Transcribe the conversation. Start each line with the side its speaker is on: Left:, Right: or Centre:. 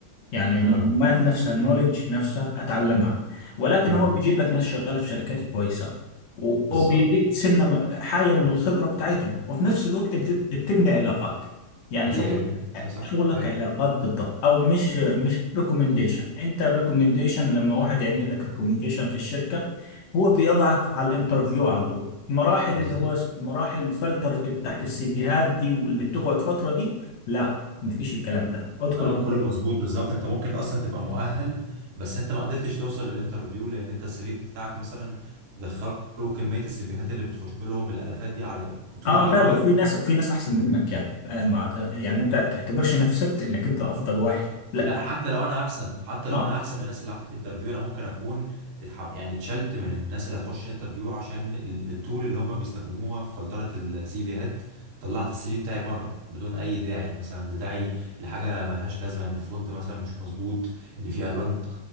Left: يعني المعلومات
Right: اه
Left: نفسها النولج نفسها اتعلمها ولكن
Right: اه
Left: هو بيجيب لك ناس شغاله في شركات كويسه و-
Right: بالظبط
Left: وبيديك سنه حاجه من الخبره بتاعتهم وفي نفس الوقت بتب- بتبني علاقات يعني
Right: دي
Left: شغل
Right: أيوة صح
Left: شغلك
Right: ايوه
Left: علاقات بالضبط او مش مش ريكومنديشن انت الريكومنديشن لما واحد يعمل لك ريكومنديشن في الشركه هو بيضعك على الانترفيو على طول المراحل
Right: بالظبط
Left: اللي هو س- مراحل فلترة تحت السيفيهات دي واللي بتقعد فتره دي لا مفيش الكلام ده ادخل
Right: كلامك كله مظبوط بالظبط انت ممكن اصلا تبقى مؤهل بس انت ما قدرتش توصل للانترفيو لان انت السي في بتاعك مثلا دخلوا كمية السيفيهات اللي بتخش لهم الالافات دي على طول
Left: اه
Right: اي
Left: فعلا
Right: اي
Left: وفي ناس في ناس احسن منك يعني يعني ما ت- يعني انت تعتبرش نفسك انك انت افضل واحد لا
Right: لا حتى لو انا احسن حتى لو
Left: اه
Right: انا احسن من الناس اللي عملت انترفيو انا ممكن اكون اتح- يعني اتشلت من الناس اللي هتخش انترفيو عشان ال- التول اللي هم بيستخدموها في فلترة السي فيهات طلعت السي في بتاعي بره بدون اي داعي مثلا لداعي لحاجه ملهاش لازمه ان الفونت مثلا مش مظبوط ان في الوان